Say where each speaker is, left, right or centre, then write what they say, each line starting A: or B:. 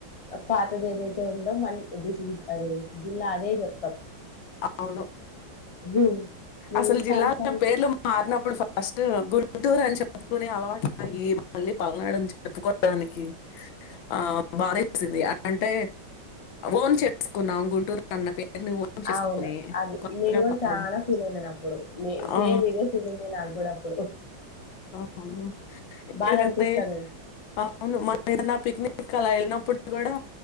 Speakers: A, on the left (about 25°); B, on the left (about 75°).
A: పాతదేదై <inaudible> మ దిశ అదే జిల్లా అదే చెప్తాం
B: అవును
A: ఉమ్, నేను
B: అసలు
A: కూడా
B: జిల్లాలో
A: చాలా సార్లు
B: పేర్లు మారినప్పుడు ఫస్ట్ గుంటూరు అని చెప్పుకుని అలవాటుగి మళ్ళీ పల్నాడు అని చెప్పుకోడానికి ఆ బాధెస్తుంది అంటే ఓన్ చేసుకున్నాం గుంటూరు అన్న పేరుని ఓన్ చేసుకొని
A: అవును అది
B: కొత్తగా
A: నేను కూడా
B: పాలన
A: చానా ఫీల్ అయినాను అప్పుడు నే సేమ్
B: ఆ!
A: ఇదే ఫీల్ అయింది నాకు కూడా అప్పుడు
B: అవును. ఎక్కడికంటే
A: బాగా అనిపిస్తాంది
B: అవును. మనమేదన్నా పిక్నిక్ అలా వెళ్ళినప్పుడు కూడా